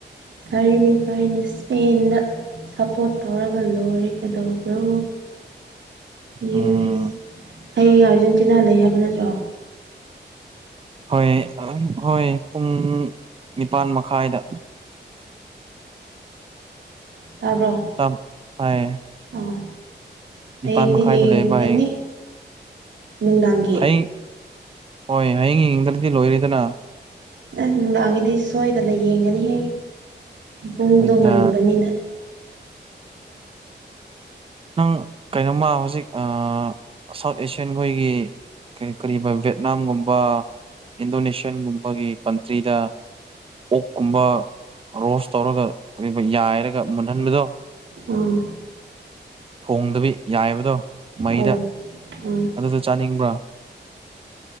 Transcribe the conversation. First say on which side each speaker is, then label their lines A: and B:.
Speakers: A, on the right (about 80°); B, on the right (about 30°).
A: ꯐꯔꯦꯅꯦ ꯐꯔꯦꯅꯦ ꯏꯁꯄꯦꯟꯗ ꯁꯞꯄꯣꯔꯠ ꯇꯧꯔꯒ ꯂꯣꯏꯔꯦ ꯀꯩꯗꯧꯕ꯭ꯔꯣ
B: ꯎꯝ
A: ꯌꯨ ꯑꯦꯁ ꯍꯥꯌꯦꯡ ꯑꯥꯔꯖꯦꯟꯇꯤꯅꯥ ꯂꯩ ꯍꯥꯏꯕ ꯅꯠꯇ꯭ꯔꯣ
B: ꯍꯣꯏ ꯎꯝ ꯍꯣꯏ ꯄꯨꯡ ꯅꯤꯄꯥꯜ ꯃꯈꯥꯏꯗ
A: ꯇꯥꯕ꯭ꯔꯣ
B: ꯇꯞ ꯇꯥꯏꯌꯦ
A: ꯑꯥ ꯍꯥꯌꯦꯡꯗꯤ
B: ꯅꯤꯄꯥꯜ ꯃꯈꯥꯏꯗ
A: ꯌꯦꯡꯒꯅꯤ
B: ꯂꯩꯌꯦꯕ ꯍꯌꯦꯡ
A: ꯅꯨꯡꯗꯥꯡꯒꯤ
B: ꯍꯌꯦꯡ ꯍꯣꯏ ꯍꯌꯦꯡ ꯌꯦꯡꯗ꯭ꯔꯗꯤ ꯂꯣꯏꯔꯦꯗꯅ
A: ꯑꯁ ꯅꯨꯡꯗꯥꯡꯒꯤꯗꯤ ꯁꯣꯏꯗꯅ ꯌꯦꯡꯒꯅꯤꯍꯦ ꯄꯨꯡꯗꯣ
B: ꯑꯗꯨꯗ
A: ꯉꯟꯕꯅꯤꯅ
B: ꯅꯪ ꯀꯩꯅꯣꯝꯃ ꯍꯧꯖꯤꯛ ꯑꯥ ꯁꯥꯎꯠ ꯑꯦꯁꯤꯌꯥꯟ ꯈꯣꯏꯒꯤ ꯀꯔꯤ ꯀ꯭ꯔꯤꯕꯥ ꯚꯦꯠꯅꯥꯝꯒꯨꯝꯕ ꯏꯟꯗꯣꯅꯦꯁꯤꯌꯥꯟꯒꯨꯝꯕꯒꯤ ꯀꯟꯇ꯭ꯔꯤꯗꯥ ꯑꯣꯛꯀꯨꯝꯕ ꯔꯣꯁ ꯇꯧꯔꯒ ꯀ꯭ꯔꯤꯕ ꯌꯥꯏꯔꯒ ꯃꯨꯟꯍꯟꯕꯗꯣ
A: ꯎꯝ
B: ꯊꯣꯡꯗꯕꯤ ꯌꯥꯏꯕꯗꯣ ꯃꯩꯗ
A: ꯑꯧ ꯑꯥ
B: ꯑꯗꯨꯗꯣ ꯆꯥꯅꯤꯡꯕ꯭ꯔꯥ